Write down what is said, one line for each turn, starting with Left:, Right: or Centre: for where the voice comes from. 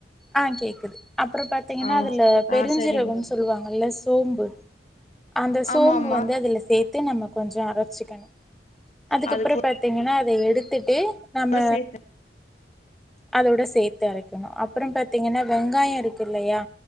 Centre: ஆ கேக்குது அப்பற பாத்தீங்கன்னா
Left: ஆ
Centre: அதுல பெருஞ்சீரகம்னு
Left: ஆ சரிங்க தோழி
Centre: சொல்லுவாங்கல்ல சோம்பு அந்த சோம்பு
Left: ஆமா ஆமா
Centre: வந்து அதுல சேர் த்து நம்ம கொஞ்சொ அரச்சிக்கணு அதுக்கப்றோ
Left: அது
Centre: பாத்தீங்கன்னா அத எடுத்துட்டு நம்ம
Left: கூட சேத்து
Centre: அதோட சேத்து அரைகணு அப்பற பாத் பாத்திங்கன்னா வெங்காயோ இருக்கு இல்லையா